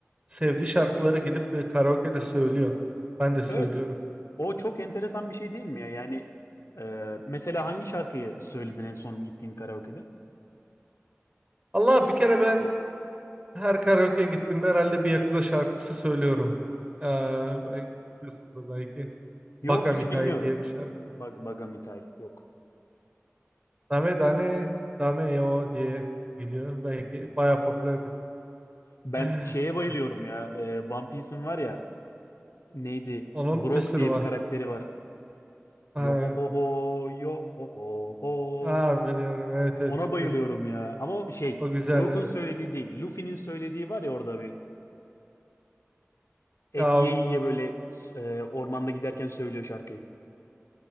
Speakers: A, on the right; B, on the left.
A: sevdiği şarkıları gidip e, karaoke'de söylüyor. Ben de söylüyorum.
B: evet o çok enteresan bir şey değil mi ya? Yani e, mesela hangi şarkıyı söyledin en son gittiğin karaoke'de?
A: Allah bir kere ben her karaoke gittiğimde herhalde bir Yakuza şarkısı söylüyorum. Ee, bel- biliyorsundur belki.
B: Yok
A: Baka
B: hiç
A: Mitai
B: bilmiyorum.
A: diye bir şarkı.
B: Bag Bagamitay yok.
A: Dame dane dame yo diye gidiyor. Belki bayağı popülerdi.
B: Ben
A: <laughs>
B: şeye bayılıyorum ya. e, One Piece'in var ya neydi?
A: Onun
B: Brock
A: bir sürü
B: diye
A: var.
B: bir karakteri var.
A: Evet.
B: Yo ho ho ho, yo ho ho ho.
A: Aa, biliyorum. Evet, evet,
B: Ona
A: evet,
B: bayılıyorum
A: evet.
B: ya. Ama şey,
A: O güzel
B: Brock'un
A: evet.
B: söylediği değil. Luffy'nin söylediği var ya orada bir. Et
A: Ya
B: ye ye böyle s- e, ormanda giderken söylüyor şarkıyı.